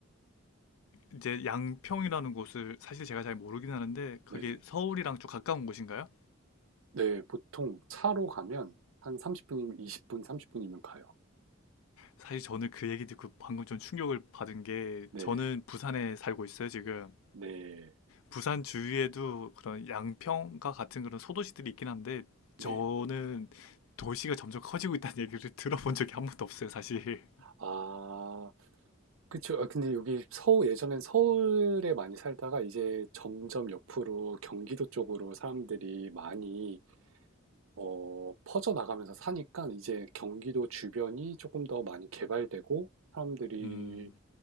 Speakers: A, on the left; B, on the right.
A: 이제 양평이라는 곳을 사실 제가 잘 모르긴 하는데 그게
B: 네네.
A: 서울이랑 좀 가까운 곳인가요?
B: 네, 보통 차로 가면 한 30분이면 20분, 30분이면 가요.
A: 사실 저는 그 얘기 듣고 방금 좀 충격을 받은 게
B: 네네.
A: 저는 부산에 살고 있어요, 지금.
B: 네.
A: 부산 주위에도 그런 양평과 같은 그런 소도시들이 있긴 한데
B: 네.
A: 저는 도시가 점점 커지고 있다는 얘기를 <laughs> 들어본 적이 한 번도 없어요, 사실.
B: 아, 그쵸. 아, 근데 여기 서울, 예전엔 서울에 많이 살다가 이제 점점 옆으로 경기도 쪽으로 사람들이 많이 어, 퍼져나가면서 사니까 이제 경기도 주변이 조금 더 많이 개발되고 사람들이
A: 음.